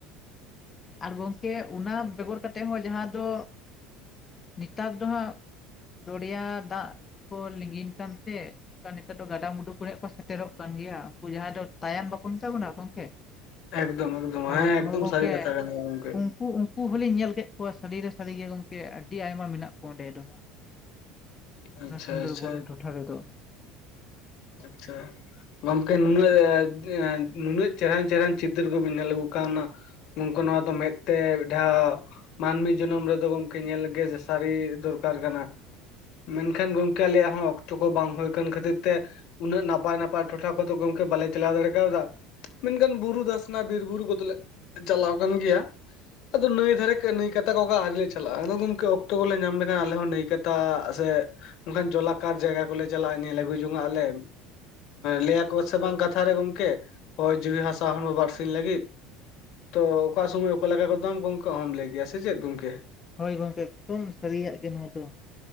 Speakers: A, on the left (about 25°); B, on the left (about 60°).
A: ᱟᱨ ᱜᱚᱝᱠᱮ ᱚᱱᱟ ᱵᱮᱜᱚᱨ ᱠᱟᱛᱮᱜ ᱦᱚᱸ ᱡᱟᱦᱟᱸ ᱫᱚ ᱱᱮᱛᱟᱨ ᱫᱚ ᱦᱟᱸᱜ ᱫᱚᱨᱭᱟ ᱫᱟᱜ ᱠᱚ ᱞᱤᱸᱜᱤᱱ ᱠᱟᱱᱛᱮ ᱚᱱᱠᱟ ᱱᱤᱛᱚᱜ ᱫᱚ ᱜᱟᱰᱟᱢᱰᱩ ᱠᱚᱨᱮ ᱠᱚ ᱥᱮᱴᱮᱨᱚᱜ ᱠᱟᱱ ᱜᱮᱭᱟ ᱩᱱᱠᱩ ᱡᱟᱦᱟᱸᱭ ᱫᱚ ᱛᱟᱭᱚᱢ ᱵᱟᱠᱚ ᱢᱮᱛᱟ ᱵᱚᱱᱟ ᱜᱚᱢᱠᱮ
B: ᱮᱠᱫᱚᱢ ᱮᱠᱫᱚᱢ
A: ᱦᱳᱭ
B: ᱦᱮᱸ ᱮᱠᱫᱚᱢ
A: ᱦᱳᱭ ᱜᱚᱝᱠᱮ
B: ᱥᱟᱹᱨᱤ ᱠᱟᱛᱷᱟ ᱠᱟᱱ ᱜᱮᱭᱟ ᱜᱚᱝᱠᱮ᱾
A: ᱩᱱᱠᱩ ᱩᱱᱠᱩ ᱦᱚᱞᱤᱧ ᱧᱮᱞ ᱠᱮᱫ ᱠᱚᱣᱟ ᱥᱟᱹᱲᱤᱮ ᱥᱟᱹᱨᱤ ᱜᱮ ᱜᱚᱝᱠᱮ ᱟᱹᱰᱤ ᱟᱭᱢᱟ ᱢᱮᱱᱟᱜ ᱠᱚᱣᱟ ᱚᱸᱰᱮ ᱫᱚ ᱚᱱᱟ
B: ᱟᱪᱪᱷᱟ
A: ᱥᱩᱱᱫᱚᱨᱵᱚᱱ
B: ᱟᱪᱪᱷᱟ
A: ᱴᱚᱴᱷᱟ ᱨᱮᱫᱚ
B: ᱟᱪᱪᱷᱟ ᱜᱚᱝᱠᱮ ᱱᱩᱱᱟᱹᱜ ᱱᱩᱱᱟᱹᱜ ᱪᱮᱦᱨᱟᱱ ᱪᱮᱦᱨᱟᱱ ᱪᱤᱛᱟᱹᱨ ᱠᱚᱵᱤᱱ ᱧᱮᱞ ᱟᱹᱜᱩ ᱠᱟᱜ ᱚᱱᱟ ᱩᱱᱠᱩ ᱱᱚᱣᱟ ᱫᱚ ᱢᱮᱫ ᱛᱮ ᱢᱤᱫ ᱫᱷᱟᱣ ᱢᱟᱹᱱᱢᱤ ᱡᱚᱱᱚᱢ ᱨᱮᱫᱚ ᱜᱚᱢᱠᱮ ᱧᱮᱞ ᱜᱮᱭᱟ ᱡᱮ ᱥᱟᱹᱨᱤ ᱫᱚᱨᱠᱟᱨ ᱠᱟᱱᱟ᱾ ᱢᱮᱱᱠᱷᱟᱱ ᱜᱚᱝᱠᱮ ᱟᱞᱮᱭᱟᱜ ᱦᱚᱸ ᱚᱠᱛᱚ ᱠᱚ ᱵᱟᱝ ᱦᱩᱭ ᱠᱟᱱ ᱠᱷᱟᱹᱛᱤᱨ ᱛᱮ ᱩᱱᱟᱹᱜ ᱱᱟᱯᱟᱭ ᱱᱟᱯᱟᱭ ᱴᱚᱴᱷᱟ ᱠᱚᱫᱚ ᱜᱚᱝᱠᱮ ᱵᱟᱞᱮ ᱪᱟᱞᱟᱣ ᱫᱟᱲᱮ ᱠᱟᱣᱫᱟ᱾ ᱢᱮᱱᱠᱷᱟᱱ ᱵᱩᱨᱩ ᱫᱷᱟᱥᱱᱟ ᱵᱤᱨᱵᱩᱨᱩ ᱠᱚᱫᱚᱞᱮ ᱪᱟᱞᱟᱣ ᱠᱟᱱ ᱜᱮᱭᱟ᱾ ᱟᱫᱚ ᱱᱟᱹᱭ ᱫᱷᱟᱨᱮ ᱱᱟᱹᱭ ᱠᱟᱛᱟ ᱠᱚ ᱜᱮ ᱟᱹᱣᱨᱤ ᱞᱮ ᱪᱟᱞᱟᱜᱼᱟ᱾ ᱟᱫᱚ ᱜᱚᱝᱠᱮ ᱚᱠᱛᱚ ᱠᱚᱞᱮ ᱧᱟᱢ ᱞᱮᱠᱷᱟᱱ ᱟᱞᱮ ᱦᱚᱸ ᱱᱟᱹᱭ ᱠᱟᱛᱟᱻᱻ ᱥᱮ ᱚᱱᱠᱟᱱ ᱡᱚᱞᱟᱠᱟᱨ ᱡᱟᱭᱜᱟ ᱠᱚᱞᱮ ᱪᱟᱞᱟᱜᱼᱟ ᱧᱮᱞ ᱟᱹᱜᱩ ᱡᱚᱝᱟ ᱟᱞᱮ ᱞᱟᱹᱭᱟᱠᱚ ᱥᱮ ᱵᱟᱝ ᱠᱟᱛᱷᱟ ᱨᱮ ᱜᱚᱢᱠᱮ ᱦᱚᱭ ᱡᱤᱣᱤ ᱦᱟᱥᱟ ᱦᱚᱲᱢᱟ ᱵᱟᱨᱥᱤᱧ ᱞᱟᱹᱜᱤᱫ ᱛᱚ ᱚᱠᱟ ᱥᱚᱢᱚᱭ ᱚᱠᱟ ᱞᱮᱠᱟ ᱜᱚᱫᱟᱢ ᱜᱚᱝ- ᱠᱮ ᱚᱦᱚᱸᱚᱢ ᱞᱟᱹᱭ ᱜᱮᱭᱟ ᱥᱮ ᱪᱮᱫ ᱜᱚᱝᱠᱮ?
A: ᱦᱳᱭ ᱜᱚᱝᱠᱮ ᱮᱠᱫᱚᱢ ᱥᱟᱹᱨᱤᱭᱟᱜ ᱜᱮ ᱱᱚᱣᱟ ᱫᱚ᱾